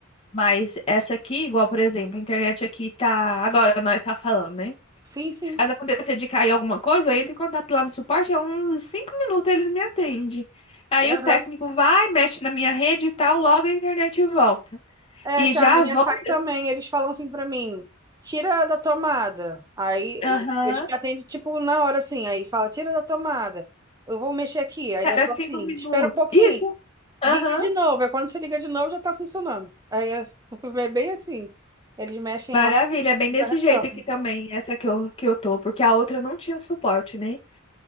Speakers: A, on the left (about 30°); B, on the right (about 20°).
A: Mas essa aqui, igual, por exemplo, a internet aqui tá. Agora nós tá falando, né?
B: Sim, sim.
A: Se caso acontecer de cair alguma coisa, eu entro em contato lá no suporte, é uns cinco minutos eles me atendem. Aí
B: Aham.
A: o técnico vai, mexe na minha rede e tal, logo a internet volta.
B: É,
A: E
B: se
A: já
B: a minha
A: as outras,
B: cai também, eles falam assim pra mim, tira da tomada. Aí
A: aham,
B: e- eles me atendem, tipo, na hora assim, aí fala, tira da tomada. Eu vou mexer aqui. Aí
A: era
B: deve falar
A: cinco
B: assim,
A: minutos.
B: espera um pouquinho,
A: Isso, aham.
B: liga de novo. Aí quando você liga de novo, já tá funcionando. Aí é <laughs> é bem assim. Eles mexem
A: Maravilha,
B: lá
A: é bem
B: e
A: desse
B: já retornam.
A: jeito aqui também, essa que eu, que eu tô, porque a outra não tinha suporte, né?